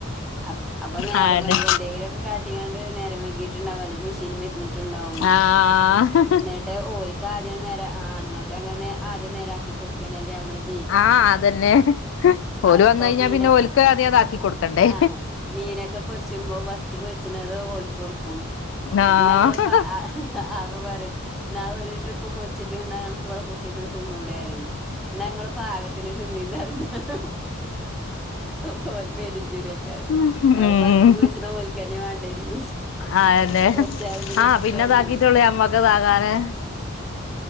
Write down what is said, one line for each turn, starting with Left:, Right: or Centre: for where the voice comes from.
Centre: അപ് അപ്പൊ നേരം
Left: അതെന്നെ
Centre: വെങ്കിഎന്തെങ്കിലൊക്കെ കാട്ട് ട്ടീകാണ്ട് നേരംവൈങ്കീട്ട്ണ്ടാകും അല്ലെങ്കി മിഷീൻമ്മെ ഇരിന്ന്ട്ട്‌ണ്ടാകും
Left: ആഹ്
Centre: ന്നട്ട് ഓൽ ക്കാദ്യം നേരെ ആണ്ങ്ങൾക്ക് അങ്ങനെര ആദ്യം നേരാക്കി കൊടുക്കന്നല്ലേ അമ്മള്‌ ചെയ്
Left: ആഹ് അതന്നെ
Centre: പ-
Left: ഓല് വന്ന്ഴിഞ്ഞാ
Centre: ഇപ്പൊ മീന്
Left: പിന്നെ ഓൽക്കാദ്യം ഇതാക്കി കൊട്ക്കണ്ടേ
Centre: ആഹ് മീനൊക്കെ പൊരിച്ചുമ്പോ ഫസ്റ്റ് പൊരിച്ച്ണത് ഓൽക്കൊട്ക്കും
Left: ആഹ്
Centre: ഇന്നഞങ്ങള് പ അഹ് അഅപ്പൊ പറയും ന്നാ ഒരു ട്രിപ്പ് പൊരിച്ചിട്ട് ഇന്നാഅനക്ക് ഇവടെ കുത്തർന്ന് തിന്നൂടേറിം ന്നാഇങ്ങള് പാകത്തിന് തിന്നിംന്നറിഞ്ഞാ- അപ്പൊ ഓല് പെരുംചിരി ആക്കാരം
Left: ഉം
Centre: അപ്പൊ ഫസ്റ്റ് പോരിച്ണെ ഓൽക്കന്നെ വേണ്ടരും
Left: അതെന്നെ
Centre: പൊരിച്ചാല് പിന്നെച്ചോന്നറിം
Left: ആഹ് പിന്നെ ഇതാക്കിട്ടൊള്ളൂ ഞമ്മക്ക് ഇതാകാന്